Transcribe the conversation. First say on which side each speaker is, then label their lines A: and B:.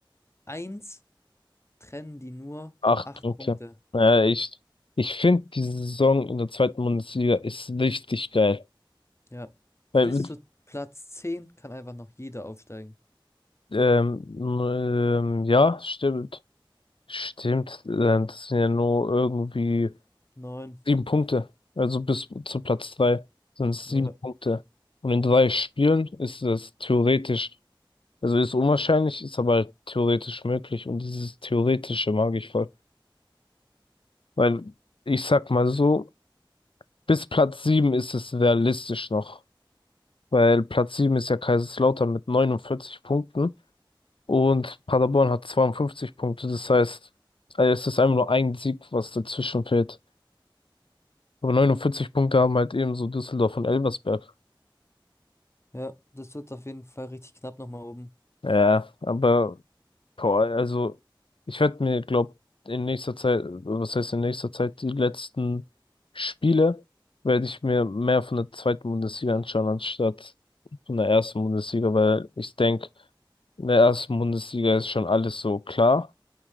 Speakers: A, on the left; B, on the left.
A: eins trennen die nur
B: Acht
A: 8
B: Punkte.
A: Punkte.
B: Naja, ich, ich finde, diese Saison in der zweiten Bundesliga ist richtig geil.
A: Ja.
B: Weil,
A: Bis zu Platz 10 kann einfach noch jeder aufsteigen.
B: ähm, ähm, ja, stimmt. Stimmt. ähm, Das sind ja nur irgendwie
A: neun
B: sieben Punkte. Also bis zu Platz drei sind es
A: Ja.
B: sieben Punkte. Und in drei Spielen ist das theoretisch, also ist unwahrscheinlich, ist aber halt theoretisch möglich. Und dieses Theoretische mag ich voll. Weil ich sag mal so, Bis Platz 7 ist es realistisch noch, weil Platz 7 ist ja Kaiserslautern mit 49 Punkten und Paderborn hat 52 Punkte. Das heißt, äh, es ist einfach nur ein Sieg, was dazwischen fehlt. Aber 49 Punkte haben halt ebenso Düsseldorf und Elversberg.
A: Ja, das wird auf jeden Fall richtig knapp nochmal oben.
B: Ja, aber Boah, also ich werde mir, glaube in nächster Zeit, was heißt in nächster Zeit, die letzten Spiele werde ich mir mehr von der zweiten Bundesliga anschauen, anstatt von der ersten Bundesliga, weil ich denke, in der ersten Bundesliga ist schon alles so klar,